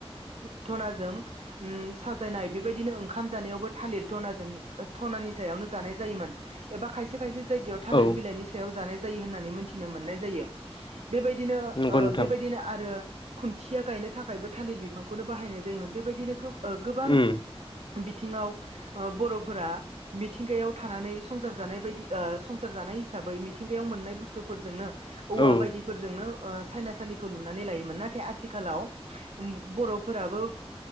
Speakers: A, on the right; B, on the left.
A: उम साजायनाय बेबायदिनो ओंखाम जानायावबो थालिर धनाजों धनानि सायावनो जानाय जायोमोन। एबा खायसे खायसे जायगायाव थालिर
B: औ
A: बिलाइनि सायाव जानाय जायो होननानै मोनथिनो मोननाय जायो। बेबायदिनो
B: नंगौ
A: ओ
B: नोंथां
A: बेबायदिनो आरो खुन्थिया गायनो थाखायबो थालिर बिफांखौनो बाहायनाय जायोमोन। बेबायदिनो गो ओ गोबां
B: उम
A: बिथिङाव ओ बर'फोरा मिथिंगायाव थानानै संसार जानाय बायदि ओ संसार जाना नाय हिसाबै मिथिंगायाव मोननाय बुुस्थुफोरजोंनो औवा
B: औ
A: बायदिफोरजोंनो ओ सायनासालिखौ लुनानै लायोमोन नाथाय आथिखालाव ओ